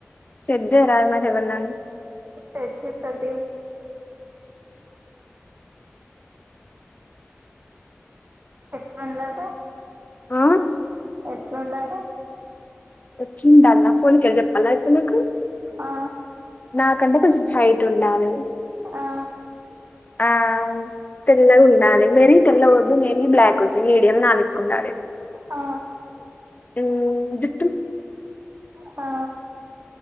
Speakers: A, on the left (about 35°); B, on the right (about 45°).
A: సెట్ చేయరా మరి ఎవరినన్నా
B: సెట్ చెత్త తి ఎట్లుండల
A: ఆ
B: ఎట్లుండలా
A: వచ్చిందాన్నా పోలికలు చెప్పాలా ఇప్పుడు నీకు
B: ఆ
A: నాకు కంటే కొంచం హైట్ ఉండాలే
B: ఆ
A: ఆ తెల్లగ ఉండాలే మరీ తెల్లవద్దు మరీ బ్లాక్ వద్దు మీడియం నా లెక్క ఉండాలే
B: ఆ
A: హు జు
B: ఆ